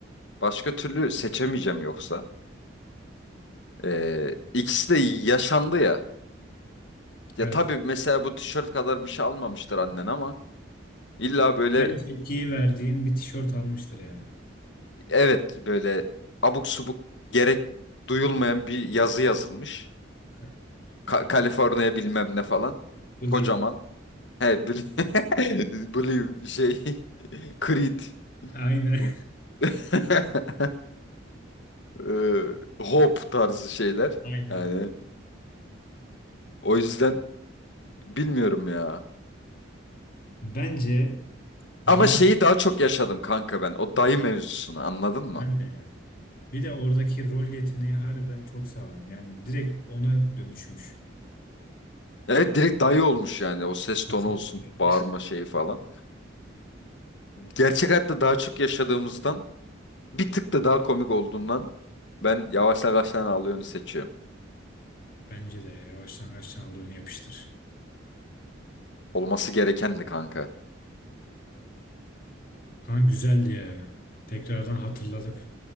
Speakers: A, on the left; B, on the left.
A: Başka türlü seçemeyeceğim yoksa. Ee, ikisi de yaşandı ya.
B: Evet.
A: Ya tabii mesela bu tişört kadar bir şey almamıştır annen ama illa böyle
B: Aynı tepkiyi verdiğin bir tişört almıştır yani.
A: evet böyle abuk subuk gerek duyulmayan bir yazı yazılmış.
B: <laughs>
A: Ka- Kaliforniya bilmem ne falan.
B: Believe.
A: Kocaman. He Blue, <laughs> Blue şey <laughs> Creed.
B: Aynen.
A: Uf. <laughs> Ee,
B: <laughs>
A: Hope tarzı şeyler.
B: Aynen
A: Yani
B: öyle.
A: o yüzden bilmiyorum ya.
B: Bence yine
A: Ama şeyi daha çok yaşadım kanka ben. O dayı mevzusunu anladın mı?
B: ben de ya. Bir de oradaki rol yeteneği harbiden çok sağlam. Yani direkt ona dönüşmüş.
A: Evet direkt dayı olmuş yani. O ses
B: Kesinlikle.
A: tonu olsun, bağırma şeyi falan. Gerçek hayatta daha çok yaşadığımızdan bir tık da daha komik olduğundan ben yavaş yavaştan ağlayanı seçiyorum.
B: Başlangıçtan de ya. Yavaştan kaçtan al onu yapıştır.
A: Olması gerekendi kanka.
B: Kan güzeldi ya. Tekrardan hatırladık.